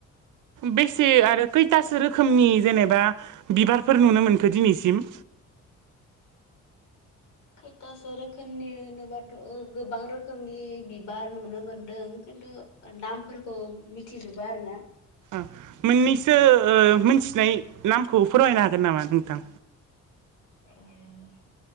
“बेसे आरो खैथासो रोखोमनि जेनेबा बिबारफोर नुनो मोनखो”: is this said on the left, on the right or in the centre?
Right